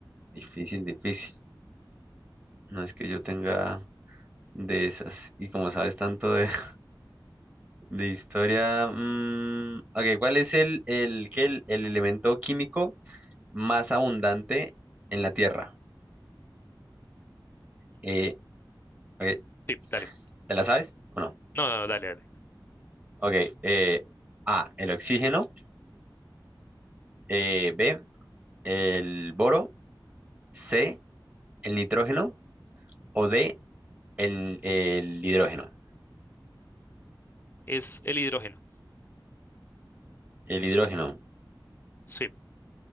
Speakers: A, on the right; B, on the left.
A: difícil, difícil. No es que yo tenga de esas. Y como sabes tanto de, <laughs> de historia. mm, ok, ¿cuál es el, el, qué, el, el elemento químico más abundante en la Tierra? Eh, ok,
B: Sí, dale.
A: ¿te la sabes o no?
B: No, no, no, dale, dale.
A: Ok, eh, A, el oxígeno. eh, B, el boro. C, el nitrógeno. O D, el, el hidrógeno.
B: Es el hidrógeno.
A: El hidrógeno
B: Sí,